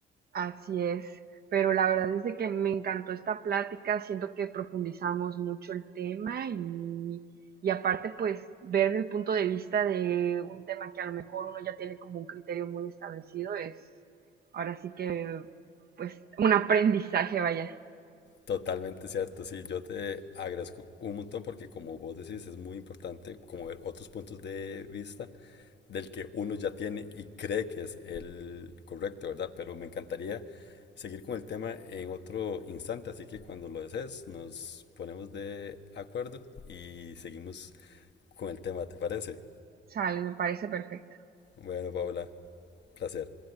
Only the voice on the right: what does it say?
Así es, pero la verdad es de que me encantó esta plática, siento que profundizamos mucho el tema y, y aparte pues ver el punto de vista de un tema que a lo mejor uno ya tiene como un criterio muy establecido es ahora sí que pues un aprendizaje, vaya.
Sale, me parece perfecto.